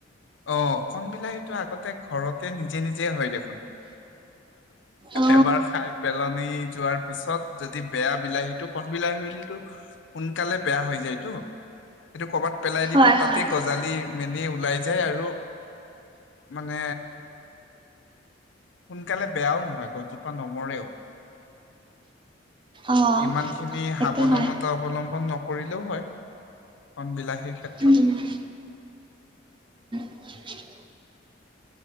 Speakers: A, on the left; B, on the right.
A: অ কন বিলাহীটো আগতে ঘৰতে নিজে নিজে হয় দেখোন
B: অ
A: এবাৰ খাই পেলনি যোৱাৰ পিছত যদি বেয়া বিলাহীতটো কন বিলাহী বিলো সোনকালে বেয়া হৈ যায়তো সেইটো কৰ'বাত পেলাই দিব
B: হয়
A: তাতে
B: হয়
A: গজালি মেনি ওলাইছে সেই আৰু মানে সোনকালে বেয়াও নহয় গছ জোপা নমৰেও।
B: অ
A: ইমান খিনি
B: সেইটো
A: সাৱধানতা
B: হয়
A: অৱলম্বন নকৰিলে। হয় কণ বিলাহ। সেই ক্ষেত্ৰত
B: উম উ